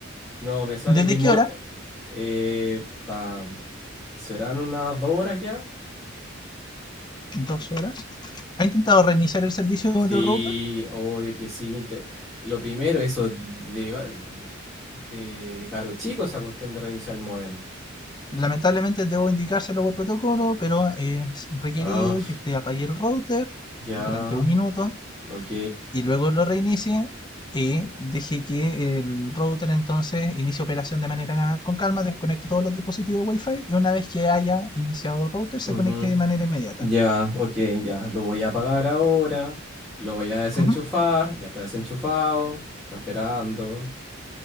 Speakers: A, in the centre; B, on the left.
A: No, me sale
B: ¿Desde
A: que el
B: qué
A: mod...
B: hora?
A: eh, eh, ta- ¿Serán unas dos horas ya?
B: Dos horas. Ha intentado reiniciar el servicio
A: Sí,
B: del router.
A: obvio que sí. inte- Lo primero, eso de, de, de caro chico, esa cuestión de reiniciar el modem.
B: Lamentablemente debo indicárselo por protocolo, pero es requerido
A: Ah,
B: que usted apague el router
A: Ya,
B: durante un minuto
A: ok.
B: y luego lo reinicie y deje que el router entonces inicie operación de manera con calma, desconecte todos los dispositivos Wi-Fi y una vez que haya iniciado el router se
A: ujú,
B: conecte de manera inmediata.
A: Ya, ok, ya. Lo voy a apagar ahora. Lo voy a desenchufar.
B: Ujú.
A: Ya está desenchufado. Está esperando.